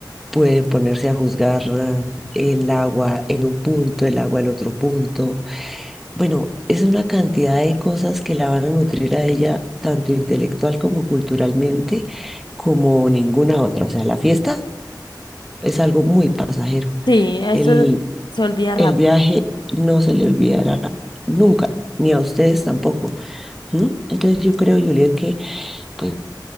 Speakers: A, in the centre; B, on the left.
A: pueden ponerse a juzgar ah, el agua en un punto, el agua en otro punto. Bueno, es una cantidad de cosas que la van a nutrir a ella, tanto intelectual como culturalmente, como ninguna otra. O sea, la fiesta es algo muy pasajero.
B: sí, eso
A: el
B: se olvida rápido.
A: el viaje no se le olvidará nunca, ni a ustedes tampoco. ¿m? Entonces yo creo, Juliet, que, pues,